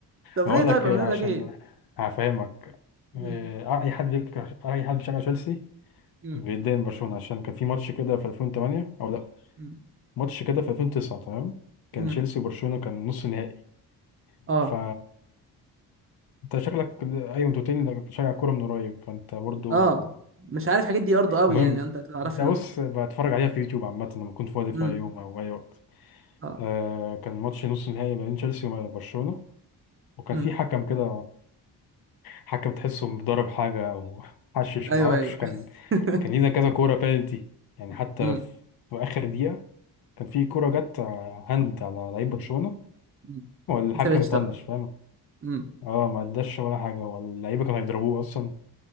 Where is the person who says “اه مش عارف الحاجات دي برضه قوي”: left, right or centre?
Right